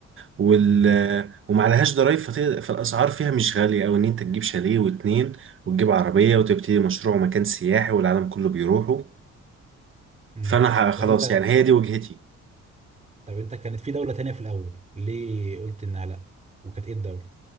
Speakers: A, on the right; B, on the right.
A: وال
B: امم
A: وما عليهاش ضرايب فت- فالاسعار فيها مش غاليه او ان انت تجيب شاليه واتنين وتجيب عربيه وتبتدي مشروع مكان سياحي والعالم كله بيروحوا
B: امم
A: فانا ه- خلاص
B: طب انت
A: يعني هي دي وجهتي
B: طب انت كانت في دوله تانية في الاول ليه قلت انها لا وكانت ايه الدوله